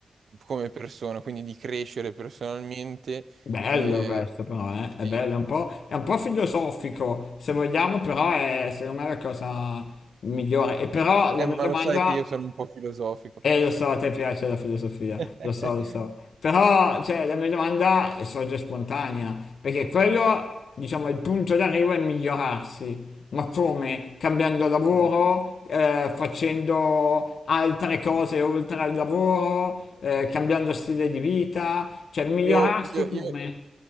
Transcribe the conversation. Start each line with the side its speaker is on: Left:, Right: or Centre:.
Right: come persona, quindi di crescere personalmente.
Left: Bello
Right: Eh,
Left: questo però, eh? È
Right: sì.
Left: bello, è un po', è un po' filosofico, se vogliamo, però è secondo me la cosa migliore. E però la
Right: Eh,
Left: mia
Right: ma
Left: domanda...
Right: lo sai che io sono un po' filosofico.
Left: Eh, lo so, a te piace la filosofia,
Right: <laughs>
Left: lo so, lo so. Però, cioè, la mia domanda sorge spontanea, perché quello, diciamo, il punto d'arrivo è migliorarsi. Ma come? Cambiando lavoro,
Right: Come?
Left: eh, facendo altre cose oltre al lavoro, eh, cambiando stile di vita, cioè migliorarsi
Right: Io, io, io-
Left: come?